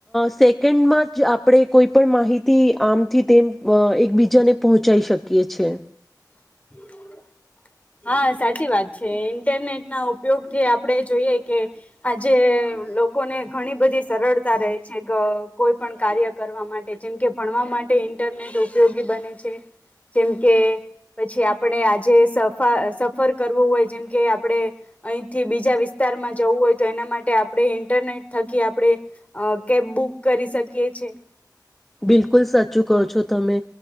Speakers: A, in the centre; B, on the left (about 20°).
A: સેકન્ડમાં જ આપણે કોઈ પણ માહિતી આમથી તેમ એકબીજાને પહોંચાઈ શકીએ છે
B: હ હા સાચી વાત છે ઇન્ટરનેટ ના ઉપયોગથી આપડે જોઈએ કે આજે લોકોને ઘણી બધી સરળતા રહે છે કોઈ પણ કાર્ય કરવા માટે જેમ કે ભણવા માટે ઇન્ટરનેટ ઉપયોગી બને છે જેમ કે પછી આપણે આજે સફર કરવું હોય જેમ કે આપણે અહીંથી બીજા વિસ્તારમાં જવું હોય તો એના માટે આપણે ઇન્ટરનેટ થકી આપણે કેબ બુક કરી શકીએ છે
A: બિલકુલ સાચું કહો છો તમે